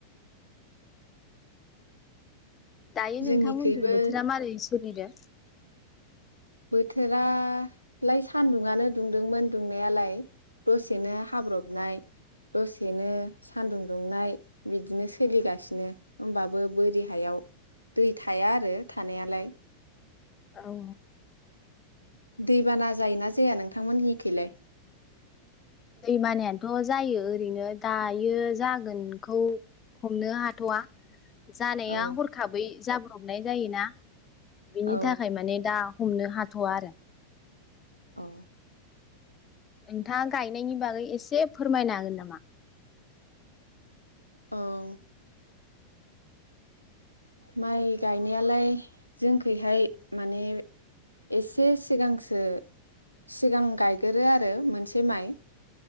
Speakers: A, on the left; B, on the left.
A: दायो नोंथांमोनजों
B: जोंनिखैबो
A: बोथोरा मारै फनिदा
B: बोथोरालाय सान्दुंनो दुंदोंमोन दुंनायालाय दसेनो हाब्रबनाय दसेनो सान्दुं दुंनाय बिदिनो सोलिगासिनो होमबाबो बोरि हायाव दै थाया आरो थानायालाय
A: औ
B: दैबाना जायोना जाया नोंथांमोननिखैलाय
A: दैमानायानोथ' जायो ओरैनो दायो जागोनखौ हमनो हाथ'वा जानाया
B: औ
A: हरखाबै जाब हमनाय जायोना बिनि
B: औ
A: थाखाय माने दा हमनो हाथ'वा आरो
B: औ
A: नोंथाङा गायनायनि बागै एसे फोरमायनो हागोन नामा
B: औ माइ गायनायालाय जोंखैहाय माने एसे सिगांसो सिगां गायगोरो आरो मोनसे माइ